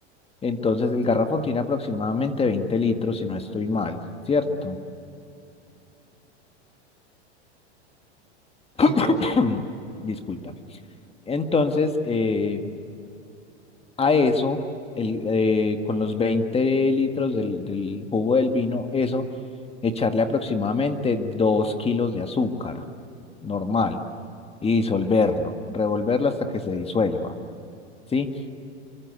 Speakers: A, on the left (about 15°); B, on the right (about 20°).
A: entonces el garrafón tiene aproximadamente 20 litros, si no estoy mal, ¿cierto?
B: sí, puede
A: <clears throat>
B: ser.
A: Disculpa. Entonces, eh, a eso, el, eh, con los 20 litros del, del jugo del vino, eso echarle aproximadamente 2 kilos de azúcar normal y disolverlo, revolverlo hasta que se disuelva, ¿sí?